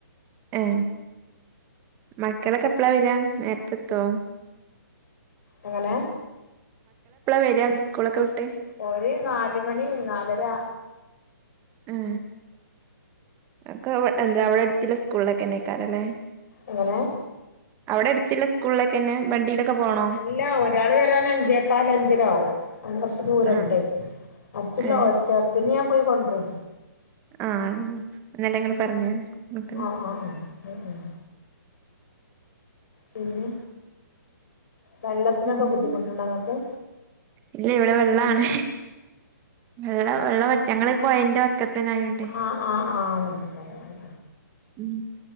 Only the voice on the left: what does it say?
എങ്ങനെ?
ഓര് നാല് മണി നാലര
അങ്ങനെ
അല്ല ഒരാള് വെരാൻ അഞ്ചേക്കാല് അഞ്ചരാവും ഓന് കൊർച്ച് ദൂരുണ്ട്.
മറ്റുള്ള
ഒരു ചെർതിനെ ഞാൻ പോയി കൊണ്ട്രും.
ആഹ് ആഹ് ആഹ് ഉം ഉം പിന്നെ വെള്ളത്തിനൊക്കെ
ബുദ്ധിമുട്ട് ഇണ്ടോ ഇങ്ങൾക്ക്?
ആഹ് ആഹ് ആഹ് മനസ്സിലായി